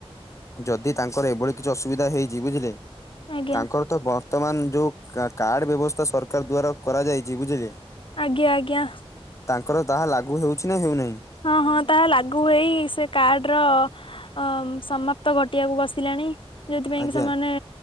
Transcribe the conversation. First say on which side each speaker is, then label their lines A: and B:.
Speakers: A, on the left; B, on the left.
A: ଯଦି ତାଙ୍କର ଏଭଳି କିଛି ଅସୁବିଧା ହେଇଚି ବୁଝିଲେ।
B: ଆଜ୍ଞା
A: ତାଙ୍କର ତ ବର୍ତ୍ତମାନ୍ ଯୋଉ କାର୍ଡ ବ୍ୟବସ୍ଥା ସରକାର ଦ୍ଵାରା କରାଯାଇଚି ବୁଝିଲେ।
B: ଆଜ୍ଞା-ଆଜ୍ଞା।
A: ତାଙ୍କର ତାହା ଲାଗୁ ହେଉଛି ନା ହେଉନାହିଁ?
B: ହଁ-ହଁ ତାହା ଲାଗୁ ହେଇ ସେ କାର୍ଡ ର ଅ ସମାପ୍ତ ଘଟିବାକୁ ବସିଲାଣି, ଯୋଉଥିପାଇଁ
A: ଆଜ୍ଞା।
B: କି ସେମାନେ